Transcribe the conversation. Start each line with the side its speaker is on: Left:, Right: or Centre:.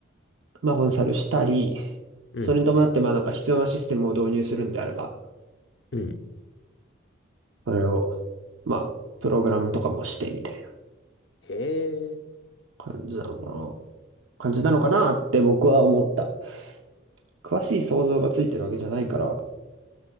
Right: まあ、コンサルしたり、
Left: うん、
Right: それに伴って、まあ、なんか必要なシステムを導入するんであれば、
Left: うん。
Right: それを、まあ、プログラムとかもしてみたいな
Left: へえ。
Right: 感じなのかな。感じなのかなって僕は思った。詳しい想像がついてるわけじゃないから、